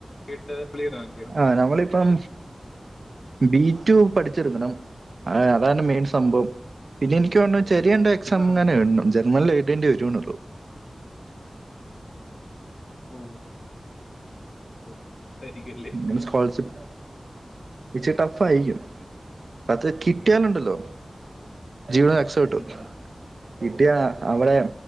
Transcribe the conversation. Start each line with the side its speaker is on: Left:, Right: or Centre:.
Left: കീട്ടപ്ലിയ്താ മതിയോ
Right: ആ നമ്മളിപ്പം ബി ടു പഠിച്ചെടുക്കണം ആ അതാണ് മെയിൻ സംഭവം പിന്നെ എനിക്ക് തോണു ചെറിയെന്തോ എക് സാം
Left: ആ
Right: ങ്ങനെ എഴ്ണം. ജർമനിൽ എഴ്തേണ്ടി വരുംന്നൊള്ളൂ
Left: ഓഹ് <inaudible> അല്ലേ
Right: <unintelligible> സ്കോളർഷിപ്പ്- ഇച്ച് ടഫായിക്കും അത് കിട്ട്യാലുണ്ടല്ലോ. ജീവിത എക്സപ്പെട്ടു
Left: ഉം
Right: കിട്ടിയ അവടെ